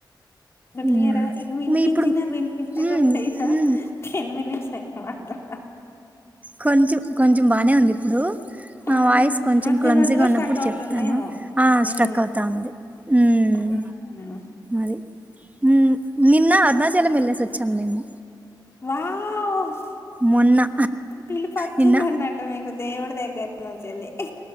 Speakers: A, on the left; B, on the right.
A: బ క్లియరా
B: మ్మ్
A: విన్పించి
B: మీ ఇప్పుడు
A: వినిపించకపోయిన
B: మ్మ్ మ్మ్
A: టెన్ మనిట్స్ ఇపోవాలె
B: కొంచెం కొంచెం బానే ఉంది ఇప్పుడు, నా
A: ఆహా
B: వాయిస్ కొంచెం
A: మధ్య
B: క్లంజీగా
A: మధ్యలో
B: ఉన్నప్పుడు
A: స్ట్రక్ అవుతుందేమో
B: చెప్తాను, ఆ స్ట్రక్
A: ఉమ్
B: అవుతా ఉంది. ఉమ్
A: ఉమ్
B: అది ఉమ్ నిన్న అరుణాచలమెల్లే సచ్ చం మేము
A: వావ్
B: మొన్నా
A: పిలుపు వచ్చింది
B: నిన్న
A: అన్నట్టు మీకు దేవుడి దగ్గర నుంచి వెళ్ళి